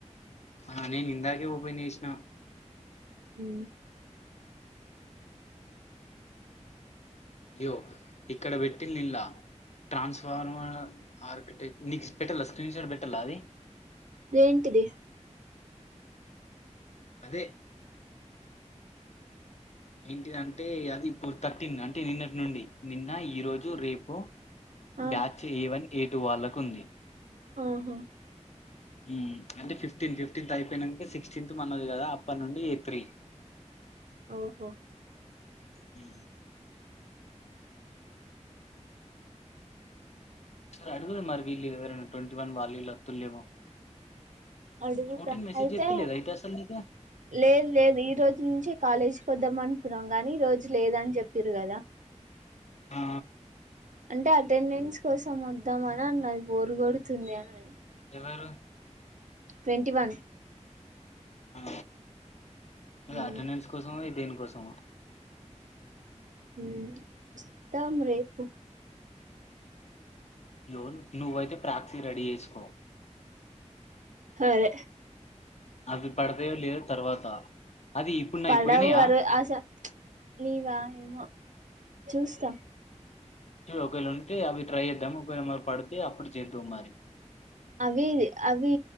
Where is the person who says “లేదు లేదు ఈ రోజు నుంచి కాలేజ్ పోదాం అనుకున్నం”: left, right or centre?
Right